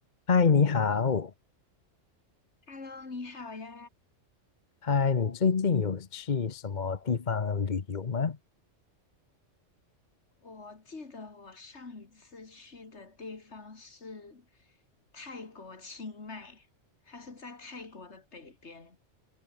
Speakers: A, on the left; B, on the left.
A: 嗨，你好。
B: Hello，你好呀！
A: 嗨，你最近有去什么地方旅游吗？
B: 我记得我上一次去的地方是泰国清迈，它是在泰国的北边。